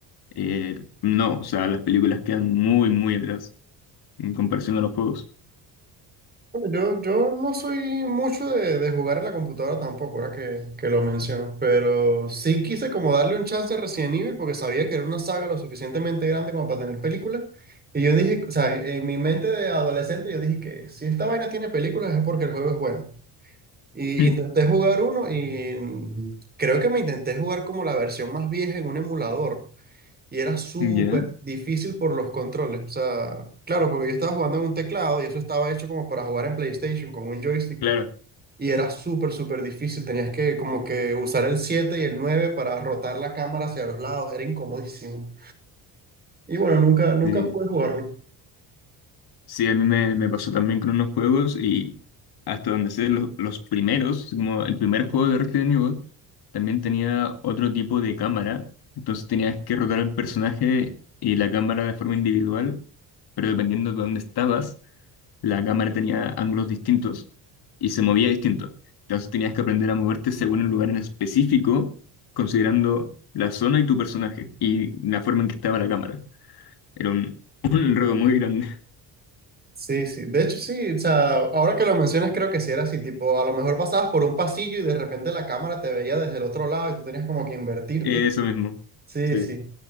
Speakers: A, on the left; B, on the right.
A: Eh, no, o sea, las películas quedan muy, muy atrás en comparación a los juegos.
B: Bueno, Yo, yo no soy mucho de, de jugar en la computadora tampoco, ahora que, que lo mencionas, pero sí quise como darle un chance a Resident Evil porque sabía que era una saga lo suficientemente grande como para tener películas. Y yo dije, o sea, en, en mi mente de adolescente yo dije que si esta vaina tiene películas es porque el juego es bueno. Y
A: <laughs>
B: intenté jugar uno y creo que me intenté jugar como la versión más vieja en un emulador. Y era súper
A: Mm. ¿Ya?
B: difícil por los controles. O sea, claro, porque yo estaba jugando en un teclado y eso estaba hecho como para jugar en PlayStation con un joystick.
A: Claro.
B: Y era súper, súper difícil. Tenías que como que usar el 7 y el 9 para rotar la cámara hacia los lados. Era incomodísimo. Y bueno, nunca, nunca
A: Sí,
B: pude jugarlo.
A: Sí, a mí me, me pasó también con unos juegos y hasta donde sé, los, los primeros, como el primer juego de Resident Evil, también tenía otro tipo de cámara. Entonces tenías que rotar al personaje y la cámara de forma individual, pero dependiendo de dónde estabas. la cámara tenía ángulos distintos y se movía distinto. Entonces tenías que aprender a moverte según el lugar en específico, considerando la zona y tu personaje y la forma en que estaba la cámara. Era un, <laughs> un enredo muy grande.
B: Sí, sí. De hecho, sí. O sea, ahora que lo mencionas, creo que sí era así. Tipo, a lo mejor pasabas por un pasillo y de repente la cámara te veía desde el otro lado y tú tenías como que invertirte.
A: Eso mismo.
B: Sí,
A: Sí.
B: sí.